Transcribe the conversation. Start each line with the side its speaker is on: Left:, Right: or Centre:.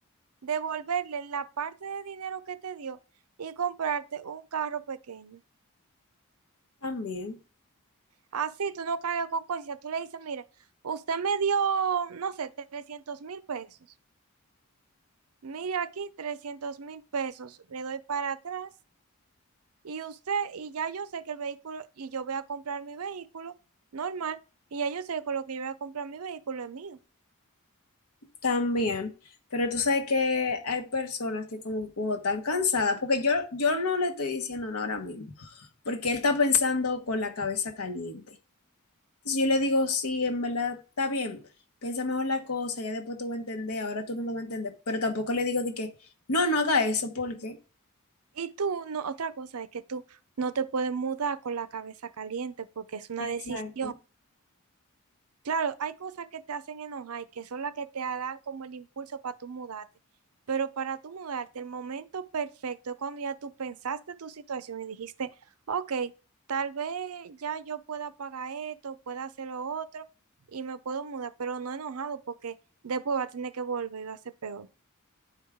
Right: devolverle la parte de dinero que te dio y comprarte un carro pequeño.
Left: También.
Right: Así tú no cargas con conciencia. Tú le dices, mire, usted me dio, no sé, trescientos mil pesos. Mire aquí, trescientos mil pesos. Le doy para atrás y usted, y ya yo sé que el vehículo, y yo voy a comprar mi vehículo normal, y ya yo sé que con lo que yo voy a comprar mi vehículo es mío.
Left: También, pero tú sabes que hay personas que como "Wow, están cansadas, porque yo, yo no le estoy diciendo nada ahora mismo, porque él está pensando con la cabeza caliente. Entonces yo le digo, sí, en verdad está bien, piensa mejor la cosa, ya después tú vas a entender, ahora tú no lo vas a entender, pero tampoco le digo de que, no, no haga eso, porque...
Right: Y tú, no, otra cosa es que tú no te puedes mudar con la cabeza caliente porque es una
Left: Exacto.
Right: decisión. Claro, hay cosas que te hacen enojar y que son las que te dan como el impulso para tú mudarte. Pero para tú mudarte, el momento perfecto es cuando ya tú pensaste tu situación y dijiste, ok, tal vez ya yo pueda pagar esto, pueda hacer lo otro y me puedo mudar, pero no enojado porque después va a tener que volver y va a ser peor.